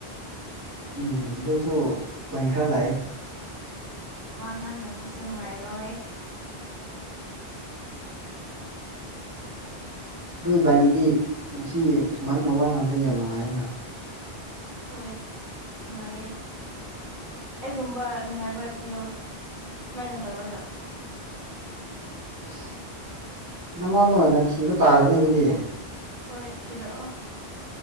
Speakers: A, on the right; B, on the right.
A: ꯎꯝ ꯑꯗꯨꯁꯨ ꯄꯦꯡ ꯈꯔꯥ ꯂꯩꯑꯦ
B: ꯋꯥ ꯉꯥꯡꯅꯕꯁꯨ ꯅꯨꯡꯉꯥꯏꯔꯣꯏ
A: ꯑꯗꯨ ꯏꯕꯥꯅꯤꯗꯤ ꯉꯁꯤ ꯁꯨꯃꯥꯏꯅ ꯋꯥ ꯉꯁꯦ ꯌꯥꯝ ꯅꯨꯡꯉꯥꯏ ꯍꯥꯏꯅ
B: ꯍꯣꯏ ꯅꯨꯡꯉꯥꯏꯌꯦ ꯑꯩꯒꯨꯝꯕ ꯅꯨꯡꯉꯥꯏꯕ ꯊꯤꯌꯣ ꯁꯨꯃꯥꯏꯅ ꯇꯧꯔꯒ
A: ꯑꯁ ꯅꯪꯉꯣꯟꯗ ꯑꯣꯏꯅ ꯊꯤꯕ ꯇꯥꯔ°ꯅ° ꯑꯗꯨꯗꯤ
B: ꯍꯣꯏ ꯊꯤꯔꯛꯑꯣ